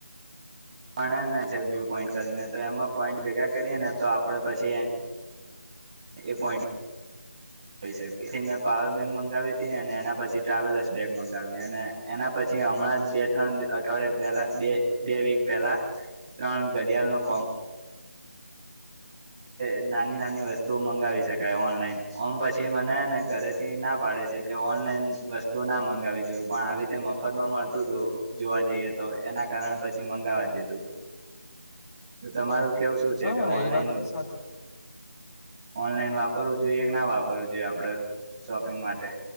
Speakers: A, on the right; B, on the left.
A: પણ વ્યુ પોઈન્ટ કરીને તો એમાં પોઈન્ટ ભેગા કરીએ ને તો આપડે પછી એ પોઈન્ટ
B: <inaudible>
A: જોઈ શકી મેં પાવર બેંક મગાવી હતીી અને એના પછી ટ્રાવેલસ બેગ મગાવી અને એના પછી હમણાં જ બે ત્રણ અઠવાડિયાે પહેલા બે બે વીક પહેલા ત્રણ ઘડિયાળ નો કોમ નાની નાની વસ્તુ મંગાવી શકાય ઓનલાઈન ઓમ પછી મને ને ઘરે ના પાડે છે કે ઓનલાઈન વસ્તુ ના મગાવી જોઈએ પણ આવી રીતે મફત માં મળતું હતું જોવા જઈએ તો એના કારણે પછી મંગાવવા દીધું તમારું કેવું શું છે
B: હા
A: ઓનલાઈન
B: એ વાત તો સાચી
A: ઓનલાઈન વાપરવું જોઈએ કે ના વાપરવું જોઈએ આપડે શોપિંગ માટે